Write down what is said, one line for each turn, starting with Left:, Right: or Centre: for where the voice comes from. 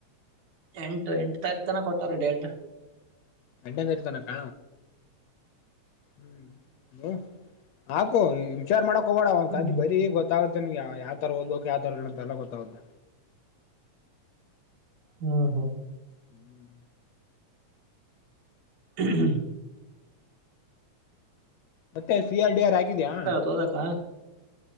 Right: ಎಂಟು ಎಂಟು ತಾರೀಕ ತನ ಕೊಟ್ಟವ್ರೀ ಡೇಟ್
Left: ರಂಡಂದರಿತಾನಕ್ಕ ಹ್ಮ್ ಹ ಹಕು ವಿಚಾರ ಮಾಡಕಕ್ ಹೋಗಬೋಡ ಒ ಅಂತ
Right: ಹ್ಮ್
Left: ಅದ ಬರ ಗೊತ್ತ ಗತ್ತಾಗುತ್ತೆ ನಿಮ ಯಾವ ತರಓದ್ಕೆ ಯ್ರಲ್ಲ ಅ ಎಲ್ಲ ಗೊತ್ತಾಗುತ್ತೆ
Right: ಹ್ಮ್ ಹ್ಮ
Left: ಹ್ಮ್
Right: ಹ್ಮ್ಮ
Left: ಮತ್ತೆ ಸಿ ಆರ್ ಡಿ ಆರ್ ಹಾಕಿದ್ಯಾಾ
Right: ಹೋದಕ್ಕ